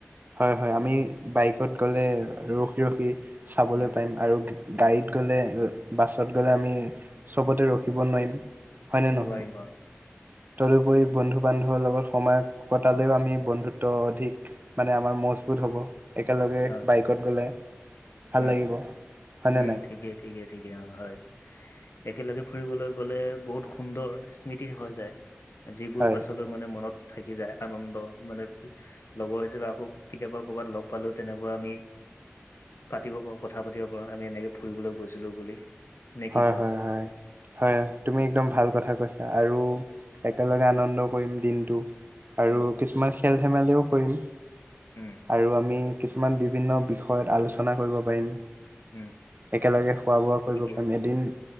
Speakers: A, on the right; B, on the left.
A: হয় হয় আমি বাইকত গ'লে ৰখি ৰখি চাবলৈ
B: উম,
A: পাৰিম আৰু গাড়ীত গ'লে বাছত গ'লে আমি চবতে
B: উম
A: ৰখিব নোৱাৰিম হয়নে নহয়
B: নোৱাৰিম অ',
A: তদুপৰি বন্ধু বান্ধৱৰ লগত সময় কটালেও আমি বন্ধুত্ব অধিক মানে আমাৰ মজবুত হ'ব একেলগে
B: অ',
A: বাইকত গ'লে ভাল
B: অ
A: লাগিব। হয়নে
B: উম
A: নাই?
B: ঠিকেই ঠিকেই ঠিকেই অ হয় একেলগে ফুৰিবলৈ গ'লে বহুত সুন্দৰ স্মৃতি হৈ যায় যিবোৰ
A: হয়,
B: পাছলৈ মানে মনত থাকি যায় আনন্দ মানে লগৰ হিছাপে আকৌ কেতিয়াবা কৰ'বাত লগ পালেও তেনেকুৱা আমি পাতিব পাৰো কথা পাতিব পাৰো আমি এনেকে ফুৰিবলৈ গৈছিলো বুলি নে
A: হয়
B: কি কোৱা?
A: হয় হয় হয় তুমি একদম ভাল কথা কৈছা আৰু একেলগে আনন্দ কৰিম দিনটো আৰু
B: উম,
A: কিছুমান খেল ধেমালিও কৰিম
B: উম,
A: আৰু আমি কিছুমান বিভিন্ন বিষয়ত আলোচনা কৰিব পাৰিম
B: উম
A: একেলগে খোৱা বোৱাও কৰিব
B: ঠিকেই
A: পাৰিম এদিন